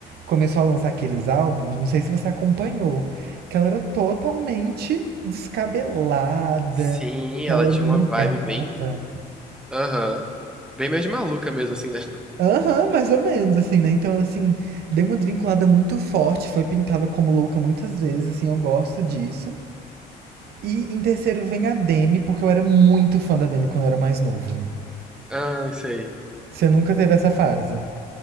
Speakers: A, on the right; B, in the centre.
A: começou a lançar aqueles álbuns, não sei se você acompanhou, que ela era totalmente descabelada,
B: Sim,
A: que
B: ela
A: ela
B: tinha
A: não
B: uma
A: ligava.
B: vibe bem. Aham. Bem mais maluca mesmo, assim, né? <laughs>
A: Aham, mais ou menos, assim, né? Então, assim, deu uma desvinculada muito forte, foi pintada como louca muitas vezes, assim, eu gosto disso. E em terceiro vem a Demi, porque eu era muito fã da Demi quando eu era mais novo.
B: Ah, sei.
A: Você nunca teve essa fase?